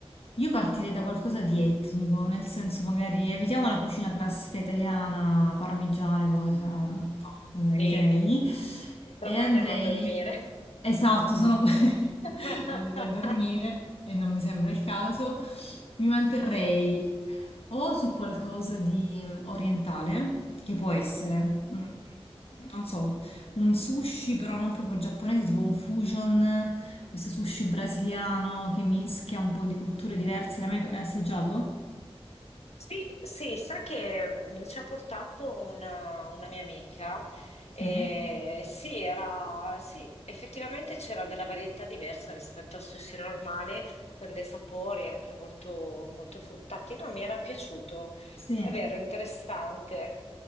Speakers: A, on the left; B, on the left.
A: io partirei da qualcosa di etnico, nel senso magari evitiamo la cucina classica italiana, parmigiane, cose, no, eviterei,
B: Sì, però
A: e
B: poi
A: andrei...
B: andiamo a dormire.
A: Esatto, sono poi
B: <laughs>
A: <laughs> andata a dormire e non mi sembra il caso. Mi manterrei o su qualcosa di orientale, che può essere, mm, non so, un sushi però non proprio giapponese, tipo un fusion, questo sushi brasiliano che mischia un po' di culture diverse. L'hai mai assaggiato?
B: Sì, sì, sai che mm, mi ci ha portato una, una mia amica.
A: Sì.
B: E sì, era, sì, effettivamente c'era della varietà diversa rispetto al sushi normale, con dei sapori anche molto, molto fruttati. No, mi era piaciuto.
A: Sì.
B: È vero, interessante.